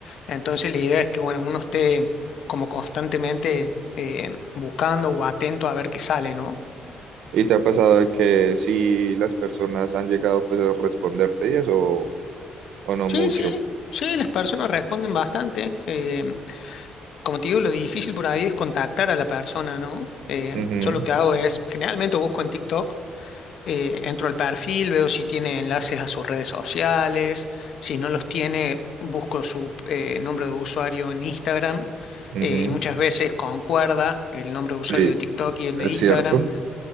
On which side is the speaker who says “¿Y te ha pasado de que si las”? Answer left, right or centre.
Right